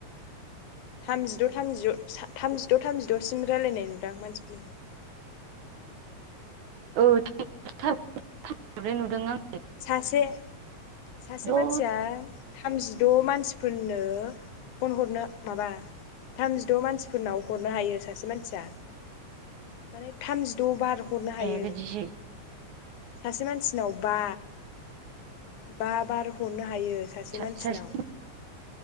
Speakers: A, on the left; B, on the right.
A: थामजिद' थामजिद' थामजिद' थामजिद'सिम रायल्लायनाय नुदां आं मानसिफोरनिखौ।
B: <inaudible> <unintelligible>
A: सासे सासे
B: द'नो
A: मानसिया थामजि द' मानसिफोरनो फन हरनो माबा थामजिद' मानसिफोरनाव हरनो हायो सासे मानसिया माने थामजिद' बार हरनो हायो
B: ए बिदिसो
A: सासे मानसिनाव बा बा बार हरनो हायो सासे
B: सा
A: मानसिनाव
B: सासेबा